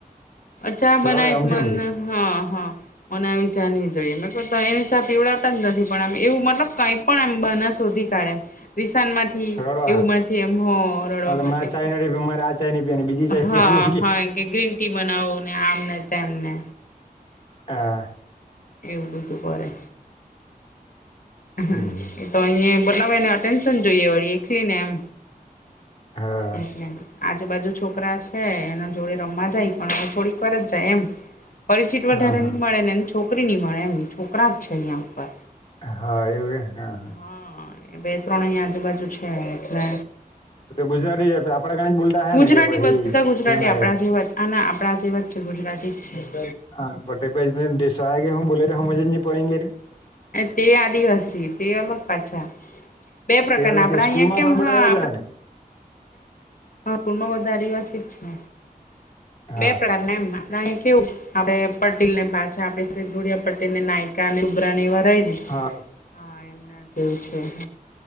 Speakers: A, on the left; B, on the left.
A: ચા બનાયત
B: રડે અમથી
A: મન
B: અમથી
A: હા હા મને આવી જાની જોઈએ એને સા પીવડતા જ નથી પણ આમ એવું મતલબ કઈ પણમ શોધી કાઢે નુકસાન માંથી
B: રડો
A: એવું
B: હા
A: એમ હો રડવા
B: એટલે
A: માટે
B: મારે ચાય નથી પીવાની, મારે આ ચાય નહીં પીવાની બીજી ચાય
A: હા
B: પીવાની
A: હા કે ગ્રીન ટી બનાવવું ને આમને તેમને
B: હા.
A: એવું બધું કરે. હ
B: હમ
A: એ તો અહીં બનાવેને આટેન્શન જોઈએ વાળ એકલી ને એમ
B: હા.
A: એટલે આજુબાજુ છોકરા છે એના જોડે રમવા જાય પણ હવે થોડીક વાર જ જાય એમ પરિચિત વધારે
B: હા હા
A: નહી મળે ને એ છોકરી નહી મળે એમ છોકરા જ છે અહં ઉપર
B: હા એવું હા હ
A: હા બે ત્રણ અહીં આજુબાજુ છે એટલે
B: હા તો ગુજરાતી આપડા ગણે જ બોલતા હે
A: ગુજરાતી
B: ને કે પછી
A: બધા ગુજરાતી
B: યના
A: આપણા
B: કે
A: જેવા જ આ આપ જે વચ્ચે ગુજરાતી છે.
B: હા. પટે ભે દસવાયા કે હું બોલે ર હુંજ પડેે રે
A: તે આદિવાસી તે અલગ પાછા બે પ્રકારના
B: તે અલગ
A: આપડા
B: કે સ્કૂલમાં
A: અહિયાં કેમ
B: પણ
A: હ
B: બધા
A: આપ
B: એવા જ હોય ને
A: કુલમાં વધારે વાતિક છે
B: હા
A: બે પ્રકાર એમ આપ કેવું આપડે પટેલ ને પાછા આપણે ગુડિયા પટેલ ને ના કની ઉબરાની વારય ને
B: હા
A: હા એમનાવું છે હ